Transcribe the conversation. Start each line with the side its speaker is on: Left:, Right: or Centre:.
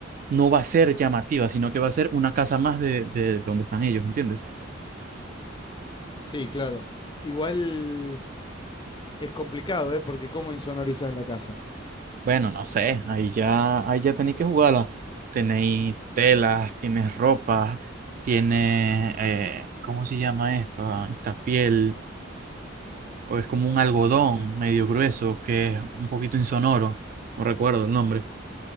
Right: no va a ser llamativa, sino que va a ser una casa más de, de donde están ellos, ¿entiendes?
Left: Sí, claro. Igual es complicado, ¿eh? Porque cómo insonorizás la casa.
Right: Bueno, no sé, ahí ya, ahí ya tenéis que jugarla. Tenéis telas, tienes ropa, tienes, eh, ¿cómo se llama esto? Esta piel, o es como un algodón medio grueso que es un poquito insonoro, no recuerdo el nombre,